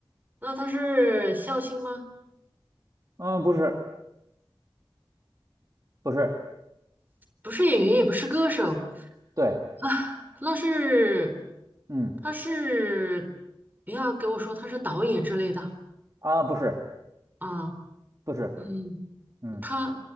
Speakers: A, on the right (about 20°); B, on the right (about 40°).
A: 那他是笑星吗？
B: 嗯，不是，不是，
A: 不是演员，也不是歌手
B: 对，
A: 啊，那是
B: 嗯，
A: 他是不要给我说他是导演之类的
B: 啊，不是，
A: 啊，
B: 不是，
A: 嗯，
B: 嗯，
A: 他